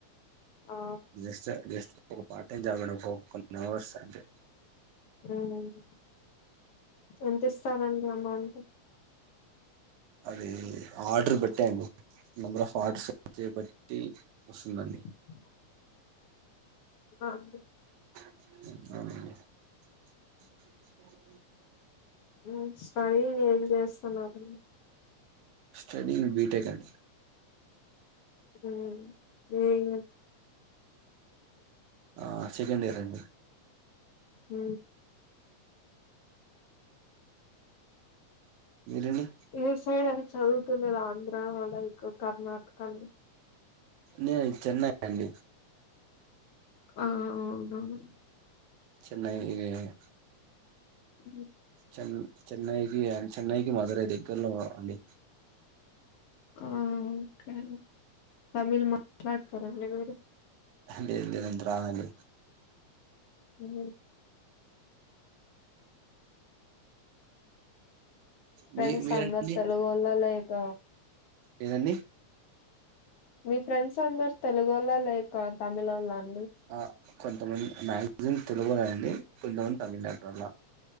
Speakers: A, on the left (about 60°); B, on the right (about 80°).
A: ఆ
B: జస్ట్ జస్ట్ ఫర్ పాట్ ఎంజాయ్ గున్నావ్ పో కొన్ని అవర్స్ అంతే
A: ఉమ్మ్ ఎంత ఇస్తారండి అమౌంట్
B: అది ఆర్డర్ బట్టేఅండి నెంబర్ ఆఫ్ ఆర్డర్స్ వచే బట్టి
A: <unintelligible>
B: వస్తుందండి
A: బాగుంది
B: అ మమ్మీ అఓ
A: రూమ్ స్టడీ ఏం చేస్తున్నారు
B: స్టడీంగ్ బీటెక్ అండి
A: ఉమ్ నేను
B: ఆ సెకండ్ ఇయర్ అండి
A: ఉమ్మ్
B: మీరండి
A: ఏదో సైడ్ అవి చదువుతున్నది ఆంధ్ర లైక్ కర్ణాటక న
B: నేను చెన్నై అండి
A: ఆ అవునవును
B: చెన్నై <unintelligible>
A: ఉ
B: చె చెన్నైకి చెన్నైకి మధురై దగ్గరలో అండి
A: ఉమ్మ్ తమిళ్ మ త <unintelligible> మీరు
B: లేదు లేదు అండి రానుఅండి.
A: <unintelligible> ఫ్రెండ్స్
B: మీ మీరండి
A: అందరు తెలుగోల్లా లేక
B: ఏదండి
A: మీ ఫ్రెండ్స్ అందరు తెలుగోల్ల లేక తమిల్లోళ్ల అండి
B: ఆ కొంతమంది మ్యాగజిన్ తెలుగులోండి కొంతమంది తమిళనాటోళ్ళ